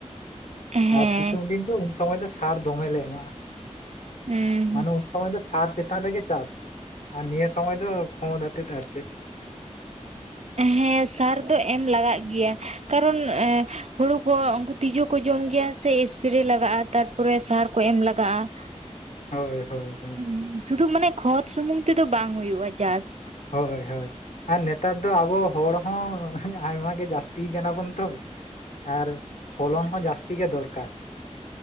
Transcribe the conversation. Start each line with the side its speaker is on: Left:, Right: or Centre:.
Right: ᱦᱮᱸ
Left: ᱟᱨ ᱥᱤᱛᱩᱝ ᱫᱤᱱ ᱫᱚ ᱩᱱ ᱥᱚᱢᱚᱭ ᱫᱚ ᱥᱟᱨ ᱫᱚᱢᱮ ᱞᱮ ᱮᱢᱟᱜᱼᱟ ᱾
Right: ᱦᱩᱸ
Left: ᱢᱟᱱᱮ ᱩᱱ ᱥᱚᱢᱚᱭ ᱫᱚ ᱥᱟᱨ ᱪᱮᱛᱟᱱ ᱨᱮᱜᱮ ᱪᱟᱥ ᱾ ᱟᱨ ᱱᱤᱭᱟᱹ ᱥᱚᱢᱚᱭ ᱫᱚ ᱠᱷᱳᱫᱽ ᱫᱟᱛᱮᱛ ᱟᱨ ᱪᱮᱫ ᱾
Right: ᱦᱮᱸ ᱥᱟᱨ ᱫᱚ ᱮᱢ ᱞᱟᱜᱟᱜ ᱜᱮᱭᱟ ᱾ ᱠᱟᱨᱚᱱ ᱮᱸ ᱦᱩᱲᱩ ᱠᱚ ᱛᱤᱡᱩ ᱠᱚ ᱡᱚᱢ ᱜᱮᱭᱟ ᱥᱮ ᱮᱥᱯᱨᱮ ᱞᱟᱜᱟᱜᱼᱟ ᱾ ᱛᱟᱨ ᱯᱚᱨᱮ ᱥᱟᱨ ᱠᱚ ᱮᱢ ᱞᱟᱜᱟᱜᱼᱟ ᱾
Left: ᱦᱳᱭ ᱦᱳᱭ ᱦᱳᱭ ᱾
Right: ᱦᱩᱸ ᱥᱩᱫᱷᱩ ᱢᱟᱱᱮ ᱠᱷᱚᱫᱽ ᱥᱩᱢᱩᱝ ᱛᱮᱫᱚ ᱵᱟᱝ ᱦᱩᱭᱩᱜᱼᱟ ᱪᱟᱥ ᱾
Left: ᱦᱚᱭ ᱦᱚᱭ ᱾ ᱟᱨ ᱱᱮᱛᱟᱨ ᱫᱚ ᱟᱵᱚ ᱦᱚᱲ ᱦᱚᱸ ᱟᱭᱢᱟ ᱜᱮ ᱡᱟᱹᱥᱛᱤ ᱠᱟᱱᱟ ᱵᱚᱱ ᱛᱚ ᱾ ᱟᱨ ᱯᱷᱚᱞᱚᱱ ᱦᱚᱸ ᱡᱟᱹᱥᱛᱤ ᱜᱮ ᱫᱚᱨᱠᱟᱨ ᱾